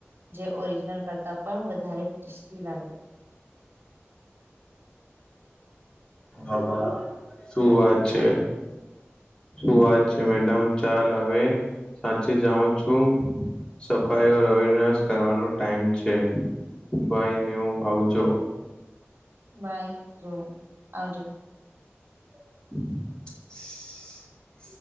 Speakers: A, on the right (about 55°); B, on the left (about 20°).
A: જે ઓરિજનલ કરતા પણ વધારે ટેસ્ટી લાગે.
B: હ શું વાત છે શું વાત છે મેડમ ચાલ હવે સાચી જાઉ છું સફાઈ ઓ અવેરનેસ કરવાનો ટાઈમ છે. બાઈને હું આવજો
A: બાય થ્રો આવજો
B: <inaudible>